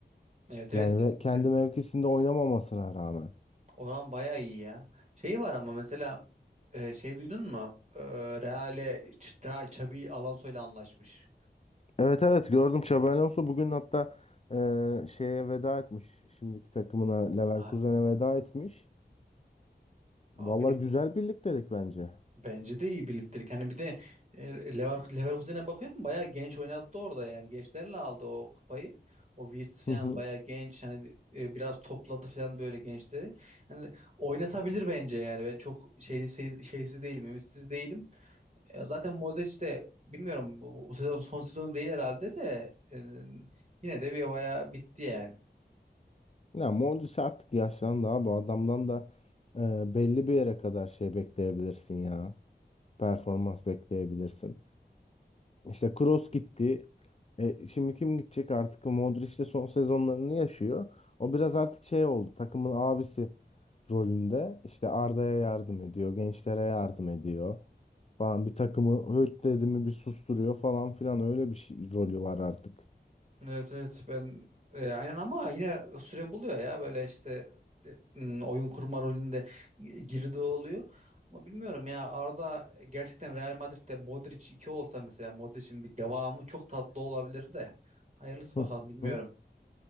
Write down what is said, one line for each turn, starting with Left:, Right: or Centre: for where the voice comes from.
Right: Evet
Left: Yani
Right: evet kesinlikle.
Left: ve kendi mevkisinde oynamamasına rağmen.
Right: Oran bayağı iyi ya. Şey var ama mesela e, şey duydun mu? E, Real'e Ç- Real Xabi Alonso'yla anlaşmış.
Left: Evet evet gördüm Xabi Alonso bugün hatta e, şeye veda etmiş. Şimdiki takımına Leverkusen'e
Right: Ha,
Left: veda etmiş.
Right: Abi
Left: Valla güzel birliktelik bence.
Right: bence de iyi birliktelik. Hani bir de e, Lever Leverkusen'e bakıyorum bayağı genç oynattı orada yani. Gençlerle aldı o kupayı. O Wirtz falan
Left: Hı hı.
Right: bayağı genç hani e, biraz topladı falan böyle gençleri. Hani oynatabilir bence yani. Ben çok şeydi şey- şeysiz değilim, ümitsiz değilim. E, zaten Modric de bilmiyorum bu, bu, bu sezon son sezonu değil herhalde de e, yine de bir bayağı bitti yani.
Left: Ya Modric artık yaşlandı abi. Bu adamdan da e, belli bir yere kadar şey bekleyebilirsin ya. Performans bekleyebilirsin. İşte Kroos gitti. E, şimdi kim gidecek artık? Modric de son sezonlarını yaşıyor. O biraz artık şey oldu. Takımın abisi rolünde. İşte Arda'ya yardım ediyor. Gençlere yardım ediyor. Falan bir takımı höt dedi mi bir susturuyor falan filan. Öyle bir şey, rolü var artık.
Right: Evet evet ben e, aynen ama yine süre buluyor ya böyle işte e, m, oyun kurma rolünde gi- girdiği oluyor. Ama bilmiyorum ya Arda gerçekten Real Madrid'de Modric 2 olsa mesela Modric'in bir devamı çok tatlı olabilir de. Hayırlısı bakalım
Left: Hı
Right: bilmiyorum.
Left: hı.